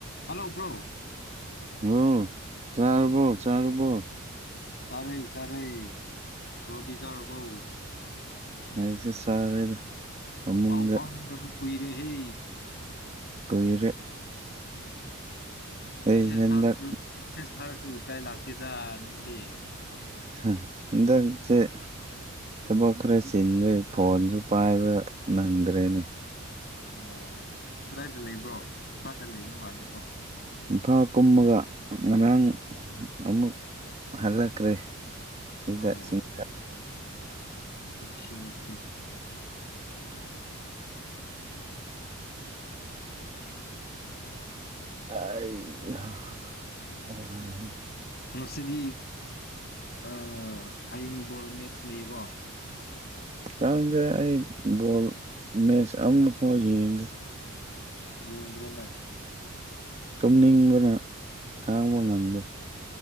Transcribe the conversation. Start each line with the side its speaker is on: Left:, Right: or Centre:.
Left: hello bro
Right: ꯑꯣ ꯆꯥꯔꯕꯣ ꯆꯥꯔꯕꯣ
Left: ꯆꯥꯔꯦ ꯆꯔꯦ ꯄ꯭ꯔꯣꯗꯤ ꯆꯔꯕꯣ
Right: ꯑꯩꯁꯦ ꯆꯥꯔꯦꯗ ꯐꯃꯨꯡꯗ
Left: ꯄꯥꯎ ꯐꯥꯎꯅꯗꯕ ꯀꯨꯏꯔꯦ ꯍꯦ
Right: ꯀꯨꯏꯔꯦ ꯑꯩꯁꯦ
Left: ꯃꯦꯁꯦꯁ
Right: ꯍꯟꯗꯛ
Left: ꯊꯥꯔꯁꯨ ꯃꯦꯁꯦꯁ ꯊꯥꯔꯁꯨ ꯔꯤꯄ꯭ꯂꯥꯏ ꯂꯥꯛꯇꯦꯗ ꯅꯪꯗꯤ
Right: ꯁꯥ ꯍꯟꯗꯛꯁꯦ ꯊꯕꯛ ꯈꯔ ꯆꯤꯟꯕꯩ ꯐꯣꯟꯁꯨ ꯄꯥꯏꯕ ꯅꯪꯗ꯭ꯔꯦꯅꯦ
Left: ꯑꯣ ꯀꯗꯥꯏꯗ ꯂꯩꯕ꯭ꯔꯣ ꯏꯝꯐꯥꯜꯗ ꯂꯩꯕ ꯃꯥꯜꯂꯦꯀꯣ
Right: ꯏꯝꯐꯥꯜ ꯀꯨꯝꯃꯒ ꯉꯔꯥꯡ ꯑꯃꯨꯛ ꯍꯜꯂꯛꯈ꯭ꯔꯦ ꯁꯤꯗꯥ
Left: ꯑꯣ
Right: ꯆꯤꯡꯗ
Left: ꯑꯣꯀꯦ ꯑꯣꯀꯦ
Right: ꯑꯩ ꯌꯥꯝ ꯋꯥꯔꯦ
Left: ꯉꯁꯤꯗꯤ ꯑ ꯍꯌꯦꯡ ꯕꯣꯜ ꯃꯦꯠꯆ ꯂꯩꯌꯦꯀꯣ
Right: ꯈꯪꯗꯦ ꯑꯩ ꯕꯣꯜ ꯃꯦꯆ ꯑꯃ ꯐꯥꯎ ꯌꯦꯡꯗꯦ
Left: ꯌꯦꯡꯗ꯭ꯔꯣ ꯅꯪ
Right: ꯇꯨꯝꯅꯤꯡꯕꯅ ꯈꯥꯡꯕ ꯉꯝꯗꯦ